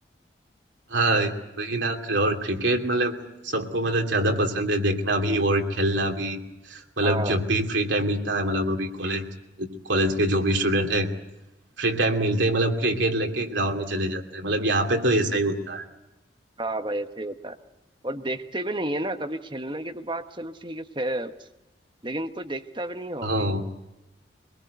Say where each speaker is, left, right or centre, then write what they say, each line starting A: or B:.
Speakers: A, on the right (about 80°); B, on the right (about 25°).
A: हाँ वही ना और क्रिकेट मतलब सबको मतलब ज्यादा पसंद है देखना भी और खेलना भी मतलब
B: हाँ
A: जब भी फ्री टाइम मिलता है मतलब अभी कॉलेज कॉलेज के जो भी स्टूडेंट हैं फ्री टाइम मिलते ही मतलब क्रिकेट लेके ग्राउंड में चले जाते हैं मतलब यहाँ पे तो ऐसा ही होता है
B: हाँ भाई ऐसे ही होता है और देखते भी नहीं है ना कभी खेलने की तो बात चलो ठीक है फे- लेकिन कोई देखता भी नहीं है हॉकी
A: हाँ